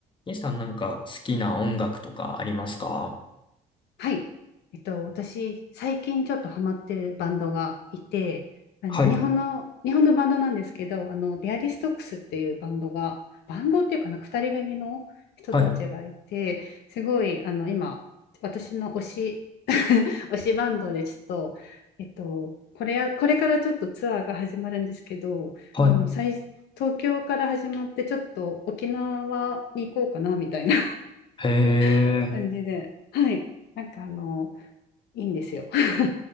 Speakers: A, on the left; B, on the left.
A: イさんなんか好きな音楽とかありますか
B: はい。えっと、私、最近ちょっとハマってるバンドがいて、あの日本の、
A: はい、
B: 日本のバンドなんですけど、あの、ビアリストックスっていうバンドが、バンドっていうかなんか2人組の人たちがいて、
A: はい、
B: すごい、あの、今、私の推し、<laughs> 推しバンドでちょっと、えっと、これや、これからちょっとツアーが始まるんですけど、
A: はい。
B: あの、最、東京から始まって、ちょっと沖縄に行こうかな、みたいな
A: へえ。
B: <laughs> 感じで、はい。なんかあの、いいんですよ。<laughs>